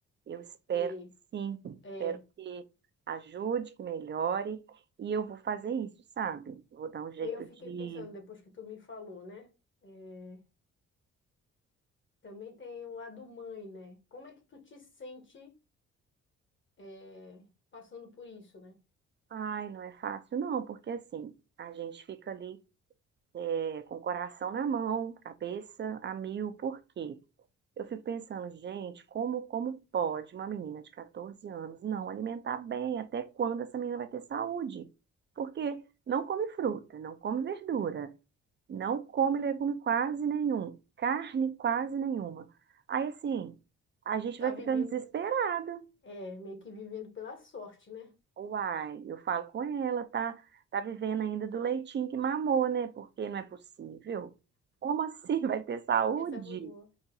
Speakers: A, on the right; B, on the left.
A: Eu espero
B: E
A: que sim,
B: é,
A: espero que ajude, que melhore, e eu vou fazer isso, sabe? Vou dar um jeito
B: aí eu fiquei
A: de.
B: pensando, depois que tu me falou, né? É, também tem o lado mãe, né? Como é que tu te sente é, passando por isso, né?
A: Ai, não é fácil, não, porque assim, a gente fica ali é, com o coração na mão, cabeça a mil, por quê? Eu fico pensando, gente, como, como pode uma menina de 14 anos não alimentar bem? Até quando essa menina vai ter saúde? Porque não come fruta, não come verdura Não come legume quase nenhum, carne quase nenhuma. Aí assim, a gente
B: Tá
A: vai ficando
B: vivendo,
A: desesperada.
B: é, meio que vivendo pela sorte, né?
A: Uai, eu falo com ela, tá, tá vivendo ainda do leitinho que mamou, né? Porque não é possível. Como assim vai ter saúde?
B: Essa foi boa.